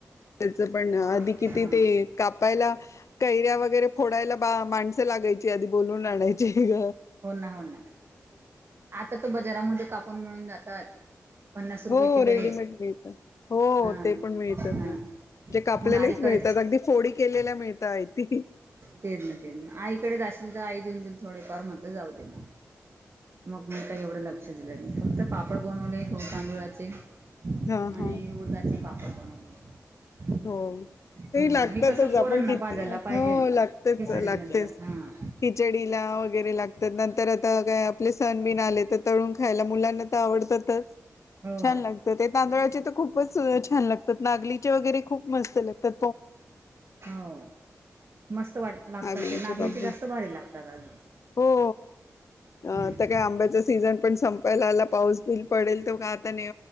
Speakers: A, on the left; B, on the right.
A: त्याच पण आधी
B: मग हा
A: किती ते कापायला कैऱ्या वगैरे फोडायला बा माणसं लागायची आधी बोलून आणायची घ
B: हो ना हो ना आता तर बजारामध्ये कापून मिळून जातात पन्नास रुपये
A: हो
B: किलो
A: रेडीमेड
B: एक
A: मिळतं हो
B: हा
A: ते पण मिळतात
B: हा
A: ना जे कापलेलेच
B: मग आईकडे
A: मिळतात अगदी फोडी केलेल्या मिळतायेत ते
B: तेचं ना तेचं ना आईकडेच जाशील तर आई देऊन देईल थोडेफार म्हटलं जाऊ दे मग मग मी काही एवढं लक्ष दिलं नाही फक्त पापड बनवले गहू तांदुळाचे
A: हा
B: आणि
A: हा.
B: उडदाचे पापड बनवले
A: हो ते
B: हम्म
A: लागतातच
B: हे कसं पोरांना
A: आपण किती
B: भाजायला
A: हो
B: पाहिजेल
A: लागतेच
B: खिचडी
A: लागतेच
B: नंतर हा
A: खिचडीला वगैरे लागतात ना तर आता काय आपले सण बिन आले तर तळून खायला मुलांना तर आवडतातच
B: हो
A: छान लागतात ते तांदळाचे तर खूपच सुरे छान लागतात नागलीचे वगैरे खूप मस्त लागतात
B: हो मस्त वाट लागतात
A: नागलीचे
B: ते नागल्याचे
A: बाप्पा
B: जास्त भारी लागतात अजून
A: हो आता
B: हम्म
A: काय आंब्याचा सीझन पण संपायला आला पाऊस बिल पडेल तो काय आता न